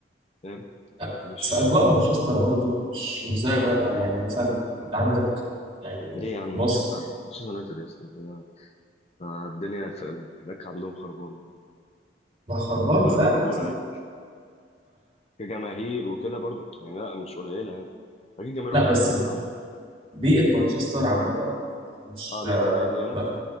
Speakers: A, on the left; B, on the right.
A: فاهم
B: لا،
A: مش
B: بس أجواء مانشستر برضه مش مش زي أجواء الأهلي. يعني مثلا أنت عندك يعني
A: ليه يا عم
B: في مصر
A: مانشستر مانشستر يونايتد يا اسطى انت- الدنيا في- هناك عندهم خربانه
B: ما خربانة
A: بلد
B: فعلا
A: الكوره
B: بس أنا-
A: كجماهير وكده برضو يعني لا مش قليله يعني اكيد جماهيرهم
B: لا
A: اكتر
B: بس
A: مننا عموما
B: بيئة مانشستر عامة مش
A: اه بيئه النادي يعني
B: لا